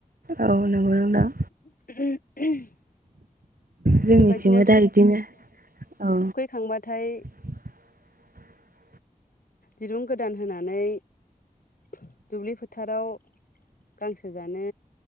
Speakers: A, on the right; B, on the left.
A: औ नंगौ नोंथां।
B: <inaudible>
A: जोंनि
B: बेबायदिनो
A: थिबो दा बिदिनो औ
B: थांबाथाय
A: <inaudible>
B: दिरुं गोदान होनानै दुब्लि फोथाराव गांसो जानो